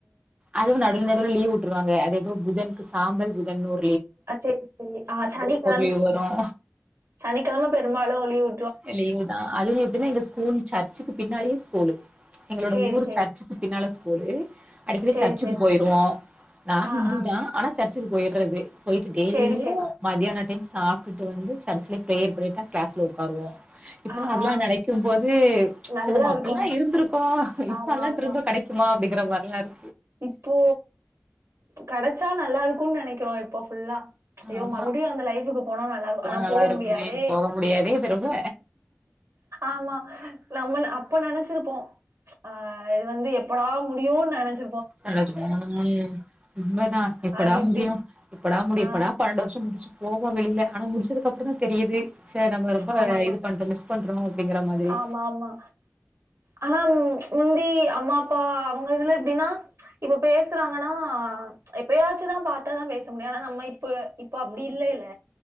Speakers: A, on the right (about 25°); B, on the right (about 75°).
A: அதுவு நடுவ்ல நடுவ்ல லீவு உட்ருவாங்க அது எதோ புதன்க்கு சாம்பல் புதன் ஒ
B: அ செரி செரி ஆ சனிக்கெழம
A: லீவ் வரு
B: சனிக்கெழம பெரும்பாலு லீவு
A: இல்ல இது தா அதுலயு எப்படினா எங்க ஸ்கூல் சர்ச்சுக்கு பின்னாலயே ஸ்கூலு எங்களோட
B: சேரி
A: ஊரு
B: சேரி
A: சர்ச்சுக்கு பின்னால ஸ்கூலு அடிக்கடி
B: சேரி
A: சர்ச்சுக்கு
B: சேரி
A: போயிருவோ நா
B: ஆ
A: ஹிந்து
B: ஆ
A: தா ஆனா சர்ச்சு ச்சுக்கு போய்ர்றது போய்ட்டு டெய்லியு
B: சேரி சேரி
A: மதியனோ டைம் சாப்டுட்டு வந்து சர்ச்சுலே பிரேயர் பண்ணிட் தா கிளாஸ்கே வருவோ இப்பல்லா
B: ஆ
A: அதெல்லா
B: ஆ
A: நெனைக்கும் போது
B: நல்லா
A: ச்ச நம்ம அப்பிட்ல்லா
B: இருக்கு
A: இருந்திருக்கோ இப்பெல்லா
B: ஆமா ஆமா
A: திரும்ப கெடைக்குமா அடிக்கிற மாரில்லா இரு
B: இப்போ கெடச்சா நல்லாருக்குன் நெனைக்கிறோ இப்போ ஃபுல்லா ஐயோ
A: ஆமா
B: மறுபடியு அந்த லைஃப்புக்கு போனா நல்லார்கு
A: போனா
B: ஆனா
A: நல்லா
B: போக
A: இருக்குமே
B: முடியாதே
A: போக முடியாதே இது ரொம்ப
B: ஆமா நம்மல அப்ப நெனச்சிருப்போ ஆ இது வந்து எப்படா முடியுனு நெனச்
A: <unintelligible> உண்மதா எப்படா
B: அப்டின்ட்டு
A: முடியு எப்படா முடியு
B: ஆ
A: எப்படா பன்னெண்டு வருஷம் முடிச்சு போவோ வெளியில ஆனா முடிச்சதுக்கு அப்றந்தா தெரியுது சர் நம்ம ரொம்ப
B: ஆமா ஆமா
A: இது பண்றமோ ச பண்றோ அப்டிங்கிற மாதிரி
B: ஆமா ஆமா ஆனா உ முந்தி ய அம்மா அப்பா அவங்க இதுல எப்படின்னா இப்ப பேசுறாங்கனா எப்பயாச்சுந்தா பாத்தாதா பேச முடியு ஆனா நம்ம இப்ப இப்ப அப்படி இல்லைல்ல